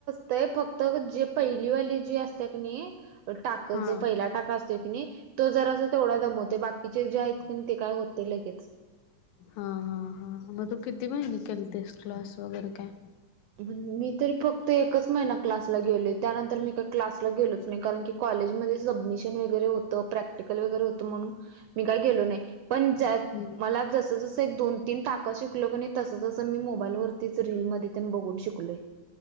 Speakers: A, on the right; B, on the left.
A: ते फक्त जे पहिलीवाली जी असते क नाई टाक
B: हा
A: जो पहिला टाका असतोय की नाही तो जरा थोडा दमवते बाकीचे जे आहेत की नई ते काय होते लगेच
B: हा-हा-हा मग तू किती महिने केलतेस क्लास वगैरे काय?
A: मी तरी फक्त एकच महिना क्लासला गेले त्यानंतर मी काही क्लासला गेलोच नाही कारण की कॉलेजमध्ये सबमिशन वैगरे होत प्रॅक्टिकल वगैरे होत म्हणून मी काही गेलो नाही पण ज्यात
B: हम्म
A: मला जसे जसे दोन तिन टाक शिकलो कनी तस तस मी मोबाईल वरतीच रील मध्येतेन बघून शिकलोय.